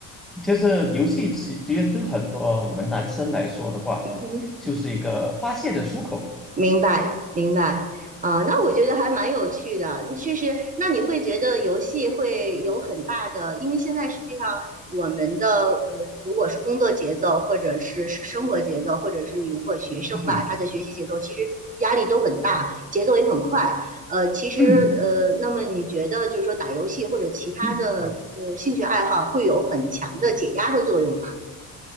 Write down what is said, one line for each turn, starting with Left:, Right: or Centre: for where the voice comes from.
Centre: 就是游戏其其实对很多我们男生来说的话，
Right: 嗯哼。
Centre: 就是一个发泄的出口。
Right: 明白，明白啊，那我觉得还蛮有趣的，确实，那你会觉得游戏会有很大的，因为现在实际上我们的呃，如果是工作节奏，或者是是生活节奏，或者是如果学生吧，
Centre: 嗯
Right: 他的学习节奏其实压力都很大，节奏也很快。呃，其实呃，
Centre: 哼
Right: 那么你觉得就是说打游戏或者其他的呃兴趣爱好会有很强的解压的作用吗？
Centre: <clears throat>